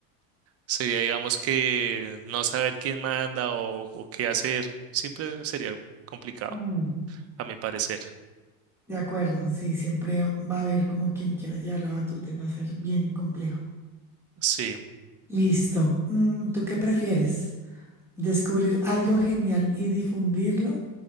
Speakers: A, on the right; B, in the centre.
A: Sería, digamos, que no saber quién manda o, o qué hacer, siempre sería complicado,
B: Mm.
A: a mi parecer.
B: De acuerdo, sí, siempre va a haber como quien quiera llevar la batuta y va a ser bien complejo.
A: Sí.
B: Listo. Mm, ¿Tú qué prefieres? ¿Descubrir algo genial y difundirlo